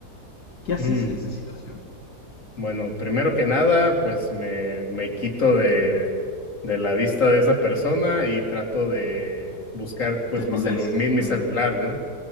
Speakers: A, on the left (about 70°); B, on the left (about 50°).
A: ¿Qué haces
B: Mm.
A: en esa situación?
B: Bueno, primero que nada, pues me, me quito de, de la vista de esa persona y trato de buscar pues
A: Te escondés.
B: mi celu- mi, mi
A: Ok.
B: celular, ¿no?